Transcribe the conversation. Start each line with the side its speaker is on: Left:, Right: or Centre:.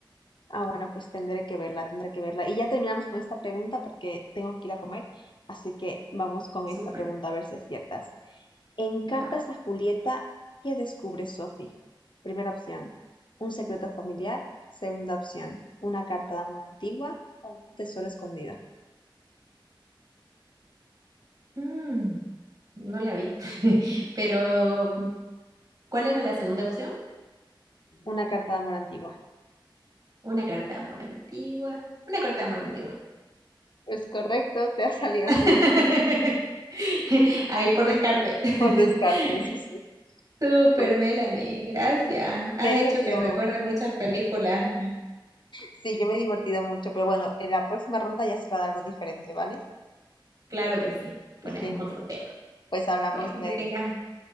Left: Ah, bueno, pues tendré que verla, tendré que verla. Y ya terminamos con esta pregunta porque tengo que ir a comer, así que vamos con
Right: Super
Left: esta pregunta a ver si aciertas. En Cartas
Right: Dam.
Left: a Julieta, ¿qué descubre Sophie? Primera opción, un secreto familiar. Segunda opción, una carta de amor antigua o un tesoro escondido.
Right: Mm, no la vi. <laughs> Pero, ¿cuál era la segunda opción?
Left: Una carta de amor antigua.
Right: Una carta de amor antigua. Una carta de amor antigua.
Left: Pues correcto, te ha salido
Right: <laughs>
Left: así de que
Right: Ahí por descarte. <laughs>
Left: por descarte, eso sí.
Right: Super
Left: Bueno,
Right: Melanie, gracias. Has
Left: me he
Right: hecho
Left: divertido
Right: que recuerde
Left: mucho.
Right: muchas películas.
Left: Sí, yo me he divertido mucho, pero bueno, en la próxima ronda ya será de algo diferente, ¿vale?
Right: Claro que sí. Ponemos
Left: Genial.
Right: otro tema.
Left: Pues hablamos
Right: Bueno,
Left: luego.
Right: que tengas,